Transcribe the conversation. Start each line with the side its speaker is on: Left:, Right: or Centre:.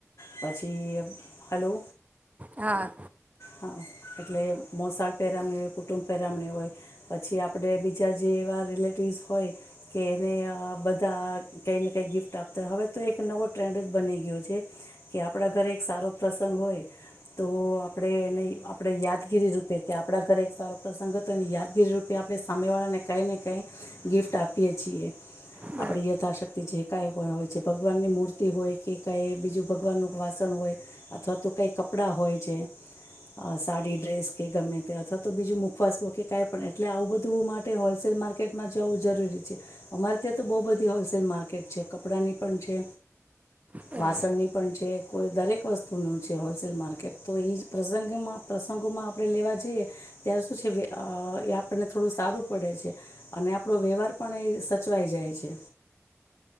Left: પછી હલો.
Right: હા.
Left: હા એટલે મોસાળ પહેરામણી હોય કુટુંબ પહેરામણી હોય પછી આપણે બીજા જે એવા રિલેટિવસ હોય કે એને બધા કંઈ ને કંઈ ગિફ્ટ આપતા હોય હવે તો એક નવો ટ્રેન્ડ જ બની ગયો છે કે આપણા ઘરે એક સારો પ્રસંગ હોય તો આપ આપણે એને આપણે યાદગીરી રૂપે કે આપણા ઘરે એક સારો પ્રસંગ હોયની યાદગીરી રૂપે આપણે સામેવાળાને કાંઈ ને કાંઈ ગિફ્ટ આપીએ છીએ આપણે
Right: બરાબર
Left: યથાશક્તિ જે કાઇ હોય છે ભગવાનની મૂર્તિ હોય કે કાંઈ બીજું ભગવાનનું વાસણ હોય અથવા તો કાંઈ કપડાં હોય છે. સાડી ડ્રેસ કે ગમે તે અથવા તો બીજું મુખવાસું કે કઈ પણ એટલે આવું બધું માટે હોલસેલ માર્કેટમાં જવું જરૂરી છે અમારે ત્યાં તો બહુ બધી હોલસેલ માર્કેટ છે કપડાની પણ છે
Right: બરાબર
Left: વાસણની પણ છે કોઈ દરેક વસ્તુનું છે હોલસેલ માર્કેટ તો એ જ પ્રસંગમાં પ્રસંગોમાં આપણે લેવા જઈએ ત્યારે શું છે એ આપણને થોડું સારું પડે છે અને આપણો વ્યવહાર પણ એ સચવાઈ જાય છે.